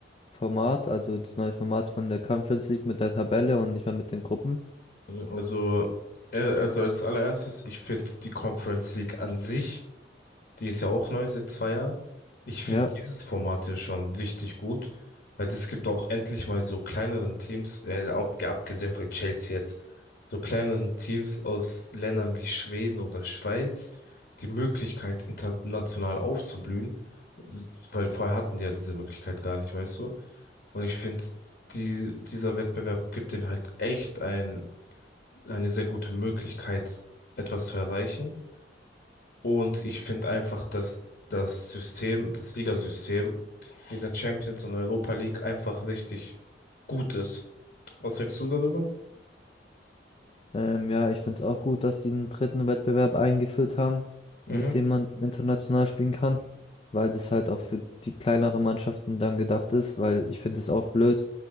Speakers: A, on the left; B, on the left.
A: Format, also das neue Format von der Conference League mit der Tabelle und nicht mehr mit den Gruppen?
B: Also, äh, also als allererstes, ich finde die Conference League an sich Die ist ja auch neu seit zwei Jahren. Ich finde
A: Ja,
B: dieses Format ja schon richtig gut, weil das gibt auch endlich mal so kleineren Teams, äh, ab, abgesehen von Chelsea jetzt, so kleineren Teams aus Ländern wie Schweden oder Schweiz die Möglichkeit, international aufzublühen, weil vorher hatten die ja diese Möglichkeit gar nicht, weißt du? Und ich finde, die, dieser Wettbewerb gibt ihnen halt echt ein, eine sehr gute Möglichkeit, etwas zu erreichen. Und ich finde einfach, dass das System, das Ligasystem in der Champions und Europa League einfach richtig gut ist. Was denkst du darüber?
A: ähm, ja, ich finde es auch gut, dass die einen dritten Wettbewerb eingeführt haben,
B: Mhm.
A: mit dem man international spielen kann, weil das halt auch für die kleineren Mannschaften dann gedacht ist, weil ich finde es auch blöd,